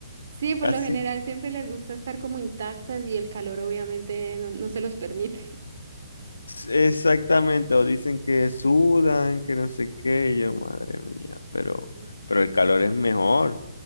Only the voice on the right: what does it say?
sí, por
lo general siempre les gusta estar como intactas y el calor obviamente no, no se los permite.
<laughs>